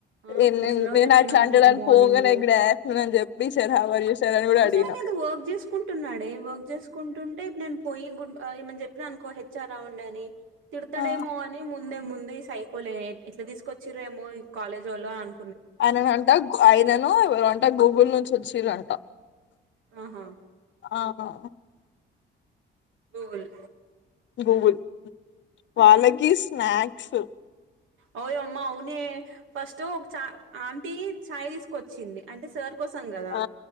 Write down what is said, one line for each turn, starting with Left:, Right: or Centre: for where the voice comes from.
Right: ఆ
Left: నేన్
Right: ఎట్లనో
Left: నేను
Right: చెప్పినవ్
Left: అట్లంటడని
Right: గుడ్ మార్నింగ్
Left: పోగానే గూడాఫ్టర్ నూన్ అని చెప్పి sir how are you sir అని కూడా
Right: ఒసేయ్
Left: అడిగిన
Right: ఆయన వర్క్ చేసుకుంటున్నాడే వర్క్ చేసు కుంటుంటే ఇప్పుడు నేను పోయి గుడ్గా ఏమన్న చెప్పిన అనుకో హెచ్ఆర్ రా ఉండేని తిడతడేమో
Left: ఆ
Right: అని ముందు ముందే ముందు ఈ సైకోలే ఎట్లా తీసుకొచ్చిరేమో ఈ కాలేజోళ్ళు అన్
Left: ఆయన నంట ఆయనను ఎవరంట గూగుల్ నుంచొచ్చిరంట
Right: ఆహా!
Left: ఆహా!
Right: గూగుల్
Left: గూగుల్ వాళ్ళకి స్నాక్స్
Right: ఓ యమ్మ అవునే ఫస్ట్ ఒక చా ఆంటీ చాయ్ తీసుకొచ్చింది. అంటే సార్ కోసం కదా
Left: ఆ